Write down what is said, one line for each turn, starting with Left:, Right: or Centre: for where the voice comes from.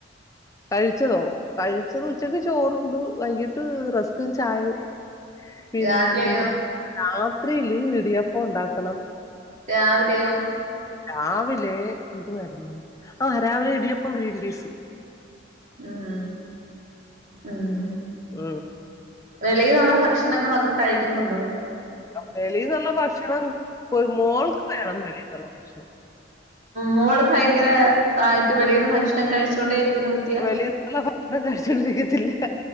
Left: കഴിച്ചതോ കഴിച്ചത് ഉച്ചക്ക് ചോറുണ്ടു വൈകിട്ട് റസ്ക്കും ചായേം. പിന്ന
Right: രാവിലെയോ
Left: രാത്രിയില് ഇടിയപ്പം ഒണ്ടാക്കണം.
Right: രാവിലെയോ?
Left: രാവിലെ എന്തുവായിരുന്നു ആഹ് രാവിലെ ഇടിയപ്പോം ഗ്രീൻ പീസും.
Right: ഹും ഉം
Left: ഉം
Right: വെളീന്നൊള്ള ഭക്ഷണങ്ങളൊക്ക കഴിക്കുന്നുണ്ടോ
Left: വെളീന്നൊള്ള ഭക്ഷണം മോൾക്ക് വേണം വെളീന്നൊള്ള ഭക്ഷണം.
Right: മോള് ഭയങ്കര ആയിട്ട് വെളീന്ന് ഭക്ഷണം കഴിച്ചൊണ്ടേരിക്കുന്ന കു
Left: വെളീന്നൊളള ഭക്ഷണം കഴിച്ചോണ്ടിരിക്കത്തില്ല